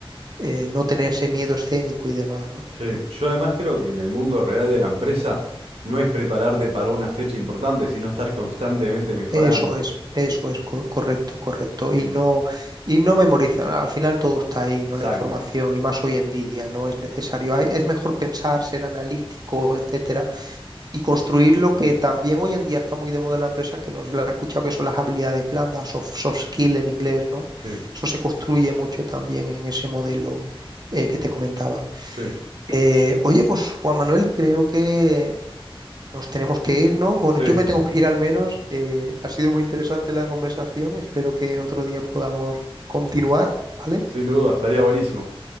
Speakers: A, on the right; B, on the right.
A: eh, no tener ese miedo escénico y demás, ¿no?
B: Sí,
A: Mm.
B: yo además creo que en el mundo real de la empresa no es prepararte para una fecha importante, sino estar constantemente mejorando.
A: Eso es, eso es co- correcto, correcto. Y
B: En-
A: no, y no memorizar, al final todo está ahí, ¿no?
B: Exacto.
A: La información, y más hoy en día, no es necesario. Hay- Es mejor pensar, ser analítico, etcétera, y construir lo que también hoy en día está muy de moda en la empresa, que no se la ha escuchado, que son las habilidades blandas, soft, soft skill en inglés, ¿no?
B: Sí,
A: Eso se construye mucho también en ese modelo eh, que te comentaba.
B: sí,
A: Eh, oye, pues Juan Manuel, creo que nos tenemos que ir, ¿no? Bueno,
B: sí,
A: yo me tengo que ir al menos. eh, ha sido muy interesante la conversación. Espero que otro día podamos continuar, ¿vale?
B: sin duda, estaría buenísimo.